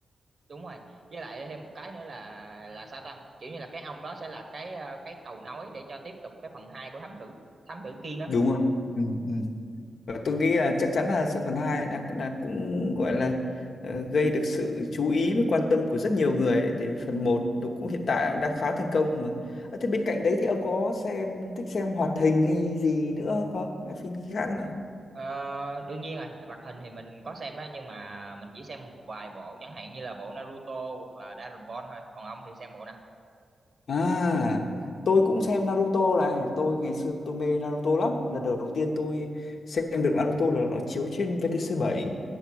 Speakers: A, on the right (about 55°); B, on the left (about 70°).
A: đúng rồi với lại thêm một cái nữa là là sao ta kiểu như là cái ông đó sẽ là cái ờ, cái cầu nối để cho tiếp tục cái phần 2 của thám tử thám tử Kiên á
B: đúng không ừ, ừ. Và tôi nghĩ là chắc chắn là phần 2 đã, đã cũng gọi là ờ, gây được sự chú ý với quan tâm của rất nhiều người đấy tại vì phần một nó cũng hiện tại cũng đang khá thành công mà à, thế bên cạnh đấy thì ông có xem thích xem hoạt hình hay gì nữa không hay phim khác nữa
A: ờ, đương nhiên rồi hoạt hình thì mình có xem đó nhưng mà mình chỉ xem một vài bộ chẳng hạn như là bộ Naruto hoặc là Dragon Ball thôi còn ông thì xem bộ nào
B: À, tôi cũng xem Naruto này, tôi ngày xưa tôi mê Naruto lắm. Lần đầu tiên tôi xem được Naruto là nó chiếu trên vtc bảy